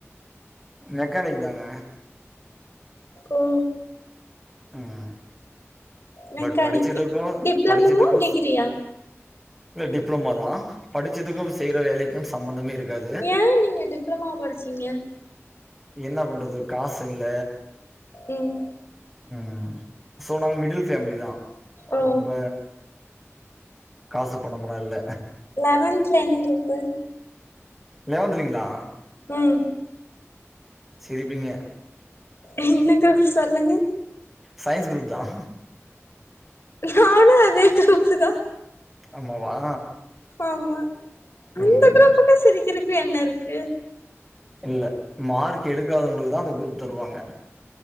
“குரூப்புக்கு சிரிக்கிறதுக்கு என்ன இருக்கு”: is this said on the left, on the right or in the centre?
Left